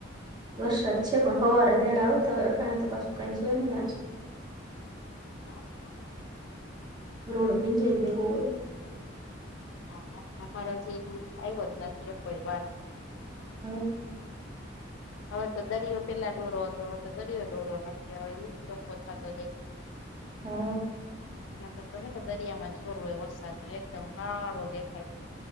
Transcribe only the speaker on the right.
વરસાદ છે પણ હવારે રેય આવતા હોય અઠાણ તો પાછું કઈ છે ની આજ.
રોડ ભીંજાય જેવો હોઈ.
હમમ
હા.